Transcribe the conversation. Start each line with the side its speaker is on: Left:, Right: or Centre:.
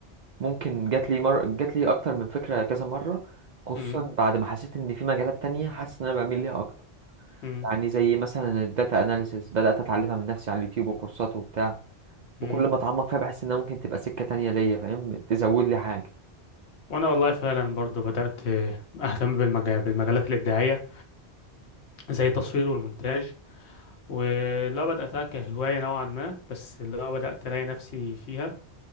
Right: ممكن جات لي مر... جات لي اكتر من فكرة كذا مرة خصوصا
Left: مم،
Right: بعد ما حسيت ان في مجالات تانية حاسس ان انا بميل ليها اكتر
Left: مم،
Right: يعني زي مثلا الداتا اناليسيس بدأت اتعلمها من نفسي على اليوتيوب وكورسات وبتاع
Left: مم.
Right: وكل ما اتعمق فيها بحس انها ممكن تبقى سكة تانية ليا فاهم تزود لي حاجة
Left: وانا والله فعلا برضو بدأت آه، اهتم بالمجال بالمجالات الابداعية زي التصوير والمونتاج ولو بدأتها كهواية نوعا ما بس لو بدأت الاقي نفسي فيها